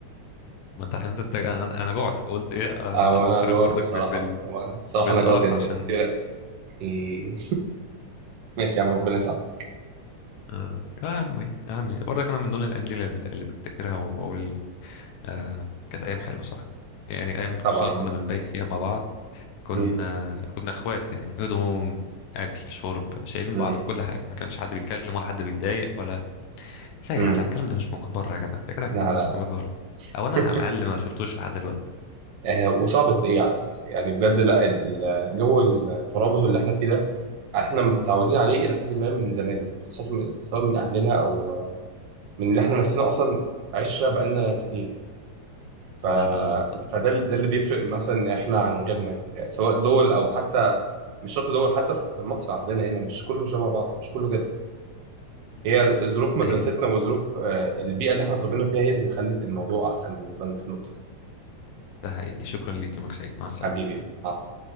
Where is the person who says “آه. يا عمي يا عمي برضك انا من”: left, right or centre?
Left